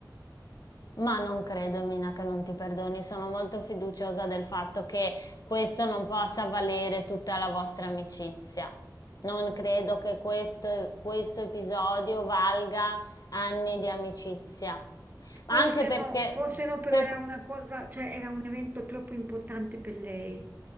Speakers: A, on the left (about 55°); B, on the right (about 25°).
A: Ma non credo, Mina, che non ti perdoni. Sono molto fiduciosa del fatto che questo non possa valere tutta la vostra amicizia. Non credo che questo, questo episodio valga anni di amicizia. Ma
B: Forse
A: Anche perché...
B: no, forse no,
A: Se,
B: però era una cosa, cioè era un evento troppo importante per lei.